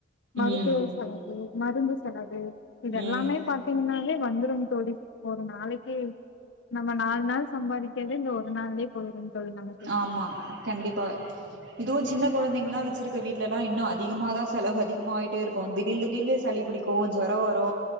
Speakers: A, on the right (about 90°); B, on the left (about 75°).
A: ம்
B: மருத்துவ செலவு மருந்து செலவு இதெல்லாமே
A: ம்
B: பாத் தினாங்னாவே வந்துருங் தோழி ஒரு நாளைக்கே நம்ம நாலு நாள் சம்பாதிக்கிறது இந்த ஒரு நாள்லே போயிரும் தோழி நமக்கு
A: ஆமா கண்டிப்பா இதுவு‌ சின்ன கொழந்தைங்கலா வச்சிரு க்க வீட்லலா இன்னு அதிகமாதா செலவு அதிகமாய்ட்டே இருக்கொ திடீன் திடீனு சளி புடிக்கோ ஜொரொ வரு